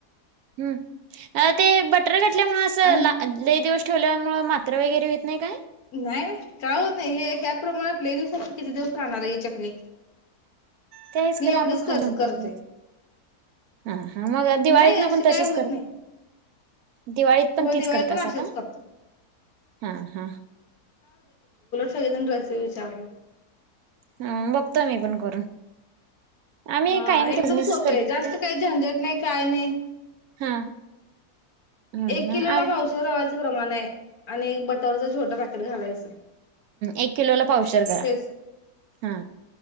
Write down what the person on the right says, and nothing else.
हम्, अ ते बटर घातल त्यामुळ असं
ला लय दिवस ठेवल्यावर. मुळे मात्र वगैरे येत नाही काय?
त्याहीच
खरं
आपण खाऊन
संवत
हा हा मग दिवाळीत
ना
पण
तशीच
करत
दिवाळीत पण
तीच
करतासा
का?
हा हा.
हम बघतोय मी पण करून. आम्ही
कायम
ते बिझनेसच
करतोय
हा हा
हा
आम्ही
एक किलोला पावशर करा,
हा